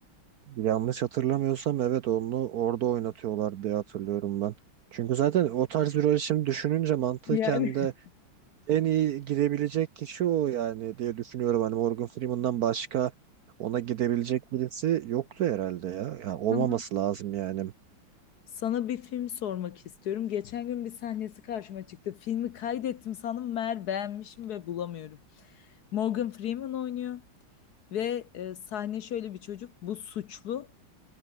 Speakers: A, on the right (about 65°); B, on the left (about 60°).
A: Yanlış hatırlamıyorsam evet onu orada oynatıyorlar diye hatırlıyorum ben. Çünkü zaten o tarz bir rol şimdi düşününce mantıken
B: Yani
A: de en iyi gidebilecek kişi o yani diye düşünüyorum. Hani Morgan Freeman'dan başka ona gidebilecek birisi yoktu herhalde ya. Yani olmaması
B: sana,
A: lazım yani.
B: sana bir film sormak istiyorum. Geçen gün bir sahnesi karşıma çıktı. Filmi kaydettim sandım meğer beğenmişim ve bulamıyorum. Morgan Freeman oynuyor ve e, sahne şöyle bir çocuk bu suçlu.